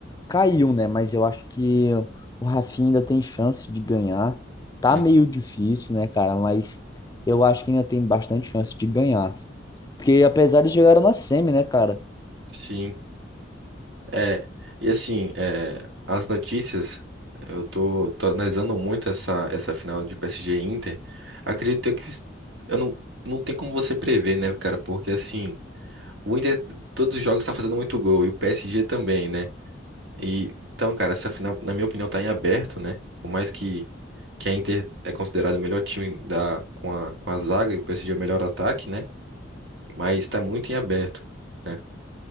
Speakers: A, on the left; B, on the right.
A: caiu, né? Mas eu acho que o Rafinha ainda tem chance de ganhar. Tá
B: Hum,
A: meio difícil, né, cara? Mas eu acho que ainda tem bastante chance de ganhar. Porque apesar de chegar na semi, né, cara?
B: Sim. É, e assim, é, as notícias, eu tô, tô analisando muito essa, essa final de PSG e Inter. Acredito que eu não, não tem como você prever, né, cara? Porque assim, o Inter, todos os jogos tá fazendo muito gol, e o PSG também, né? E, então, cara, essa final, na minha opinião, tá em aberto, né? Por mais que, que a Inter é considerada o melhor time da, com a, com a zaga e o PSG é o melhor ataque, né? Mas tá muito em aberto. né?